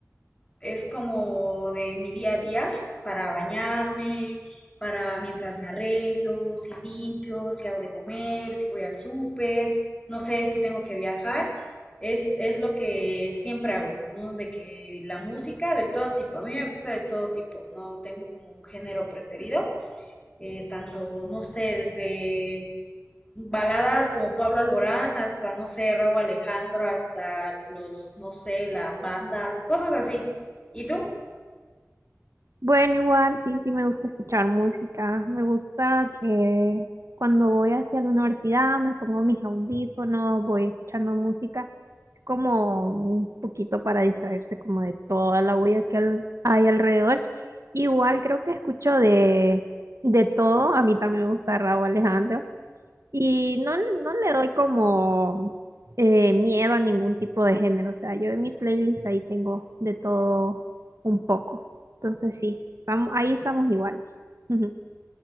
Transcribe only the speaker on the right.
Bueno, igual sí, sí me gusta escuchar música. Me gusta que cuando voy hacia la universidad me pongo mis audífonos, voy escuchando música. Es como un poquito para distraerse como de toda la bulla que al- hay alrededor. Igual creo que escucho de, de todo. A mí también me gusta Rauw Alejandro. Y no, no le doy como eh, miedo a ningún tipo de género. O sea, yo en mi playlist ahí tengo de todo un poco. Entonces sí, estamos, ahí estamos iguales. Ujú.